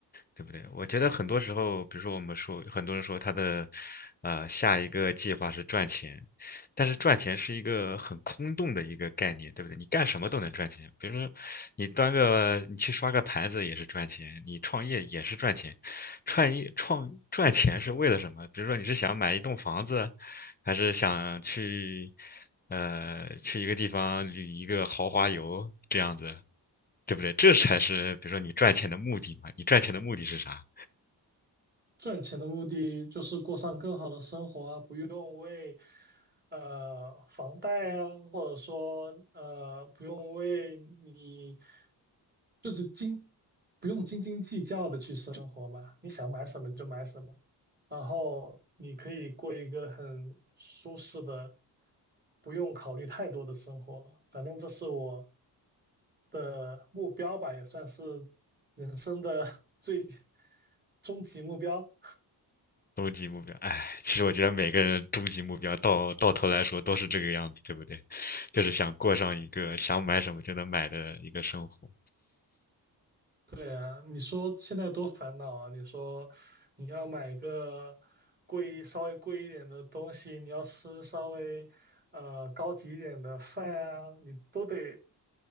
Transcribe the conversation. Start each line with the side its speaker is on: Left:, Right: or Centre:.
Left: 对不对？我觉得很多时候，比如说我们说，很多人说他的呃下一个计划是赚钱，但是赚钱是一个很空洞的一个概念，对不对？你干什么都能赚钱，比如说你端个你去刷个盘子也是赚钱，你创业也是赚钱，创业创赚钱是为了什么？比如说你是想买一栋房子，还是想去呃去一个地方旅一个豪华游这样子，对不对？这才是比如说你赚钱的目的嘛。你赚钱的目的是啥？
Right: 赚钱的目的就是过上更好的生活啊，不用为呃房贷啊，或者说呃不用为你就是斤不用斤斤计较的去生活嘛，你想买什么就买什么，然后你可以过一个很舒适的，不用考虑太多的生活。反正这是我的目标吧，也算是人生的 <laughs> 最终极目标。
Left: 终极目标，哎，其实我觉得每个人终极目标到到头来说都是这个样子，对不对？就是想过上一个想买什么就能买的一个生活。
Right: 对啊，你说现在多烦恼啊！你说你要买个贵、稍微贵一点的东西，你要吃稍微呃高级一点的饭啊，你都得